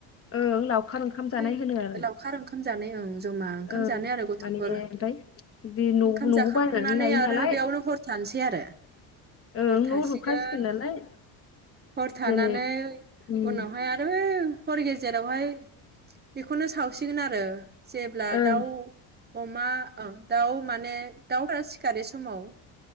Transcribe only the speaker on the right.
ओमफ्राय
लावखार ओंखाम जानाय ओं जमा ओंखाम
जानाय आरो गथ'फोर
ओंखाम
जाखांनानै
आरो
बेयावनो हर थानो सै आरो
हर
थासिगोन
हर थानानै
उनावहाय ओं हरे हर गेजेरावहाय बेखौनो सावसिगोन आरो जेब्ला
दाउ अमा ओ दाउ माने दाउफोरा सिखारि समाव